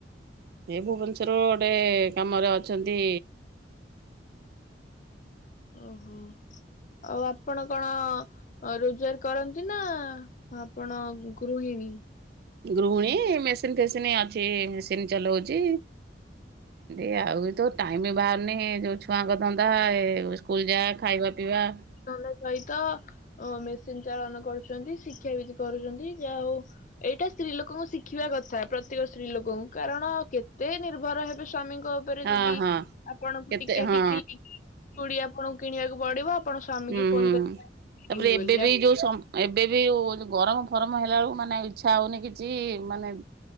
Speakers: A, on the right (about 55°); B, on the left (about 45°).
A: ଏ ଭୁବନେଶ୍ୱର ରୁ ଗୋଟେ କାମରେ ଅଛନ୍ତି।
B: ଓହୋ, ଆଉ ଆପଣ କଣ? ରୋଜଗାର କରନ୍ତି ନା ଆପଣ ଗୃହିଣୀ?
A: ଗୃହିଣୀ, ମେସିନ ଫେସିନ୍ ଅଛି ମେସିନ ଚଲଉଛି। ଏ ଆଉ ତ ଟାଇମ ବାହାରୁନି ଯୋଉ ଛୁଆଙ୍କ ଧନ୍ଦା, ସ୍କୁଲ ଯା ଖାଇବା ପିଇବା
B: ନହେଲେ ସହିତ ମେସିନ ଚାଳନ କରୁଛନ୍ତି, ଶିକ୍ଷାବିତ କରୁଛନ୍ତି, ଯାହା ହଉ ଏଇଟା ସ୍ତ୍ରୀ ଲୋକଙ୍କୁ ଶିଖିବା କଥା, ପ୍ରତ୍ୟେକ ସ୍ତ୍ରୀ ଲୋକଙ୍କୁ, କାରଣ କେତେ ନିର୍ଭର ହେବେ ସ୍ଵାମୀଙ୍କ ଉପ ରେ
A: ହଁ
B: ଯଦି
A: ହଁ
B: ଆପଣଙ୍କୁ
A: କେତେ
B: ଟିକେ
A: ହଁ
B: ଟିକିଲି ଚୁଡି ଆପଣଙ୍କୁ କିଣିବାକୁ ପଡିବ? ଆପଣ ସ୍ଵାମୀ
A: ହୁଁ
B: କି ଫୋନ
A: ହୁଁ,
B: କରି କିଣିବି
A: ତାପରେ ଏବେ
B: ବୋଲି
A: ବି ଯୋଉ ଏବେ ବି ଗରମ ଫରମ ହେଲାବେେଳକୁ ମାନେ ଇଛା ହେଉନି କିଛି, ମାନେ